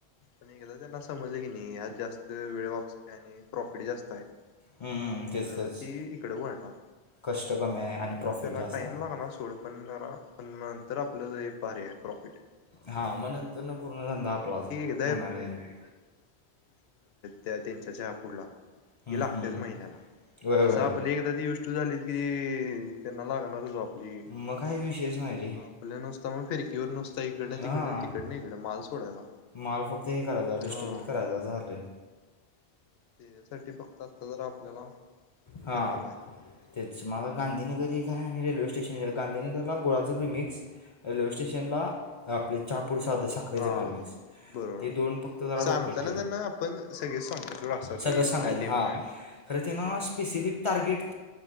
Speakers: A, on the left (about 70°); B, on the left (about 45°).
A: पण एकदा तर त्यांना समजले कनी, यात जास्त वेळ वाचतोय आणि प्रॉफिट जास्त आहे.
B: हम्म,
A: मग
B: तेच
A: जरा
B: तेच
A: ती इकडे वळणार,
B: कष्ट कमी आहे आणि
A: जरा
B: प्रॉफिट
A: त्याला
B: जास्त
A: टाइम
B: आहे
A: लागणार सोड पण, जरा पण तर आपल्याला हे भारी आहे प्रॉफिट. <unintelligible>
B: हां मग नंतर ना पूर्ण धंदा आपलाच
A: त्या
B: म्हणायला गेलं
A: त्यांच्या चहा पुुडला.
B: हम्म
A: ही लागतेच
B: हम्म
A: महिन्याला,
B: व्हय
A: तस
B: व्हय
A: आपले एकदा तीष्ट झाली की, त्यांना लागणार आपली,
B: मग काय विषयच नाही रे
A: आपल्यान तर मग फिरकी वर नुसत एकडन
B: हां
A: तिकडं तिकड तिकडन हिकडं माल सोडायचा.
B: माल फक्त हे करायचा डिस्ट्रीब्यूट
A: हा
B: करायचा झालं
A: त्याच्यासाठी फक्त आता जरा आपल्याला
B: हा,
A: फिरायला
B: तेच मागं गांधीनगर एक हाय रेल्वे स्टेशन गांधीनगरला गुळाचं प्रिमिक्स, रेल्वे स्टेशनला आपले चहा प पूड साधं साखरेचं
A: हा
B: प्रिमिक्स.
A: बरोबर,
B: ते दोन फक्त जरा
A: सांगताना
B: डोक्यात
A: त्यांना आपण सगळे सांगायचं सोड असं असं
B: सगळंच
A: हे
B: सांगायचं
A: पण आहे ते
B: हा,
A: पण आहे
B: खरं ते ना स्पेसिफिक टार्गे